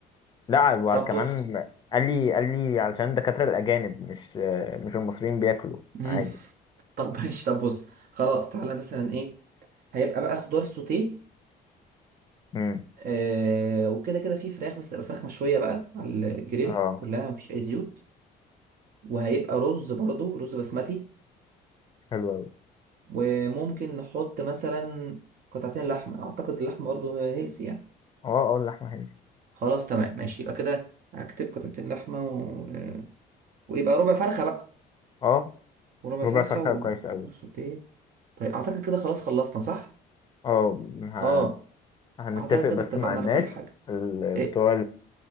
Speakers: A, on the left; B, on the right.
A: لا وكمان
B: طب بص
A: قال لي قال لي علشان الدكاترة الأجانب مش مش المصريين بياكلوا
B: امم
A: عادي
B: <laughs> طب ماشي طب بص خلاص تعالى مثلا ايه هيبقى بقى خضار سوتيه
A: امم
B: آه وكده كده في فراخ بس تبقى فراخ مشويه بقى على الجريل
A: اه
B: كلها مفيش اي زيوت وهيبقى رز برضو رز بسمتي
A: حلو أوي
B: وممكن نحط مثلا قطعتين لحمة أعتقد اللحمة برضو هيلسي يعني
A: اه اه اللحمة حلوة
B: خلاص تمام ماشي يبقى كده هكتب قطعتين لحمة و... ويبقى ربع فرخة بقى
A: اه
B: وربع
A: ربع
B: فرخة
A: فرخة كويس أوي
B: وسوتيه طيب أعتقد كده خلاص خلصنا صح؟
A: اه ه-
B: اه
A: هنتفق
B: أعتقد كده
A: بس
B: اتفقنا
A: مع الناس
B: على كل حاجة
A: ال-
B: إيه
A: بتوع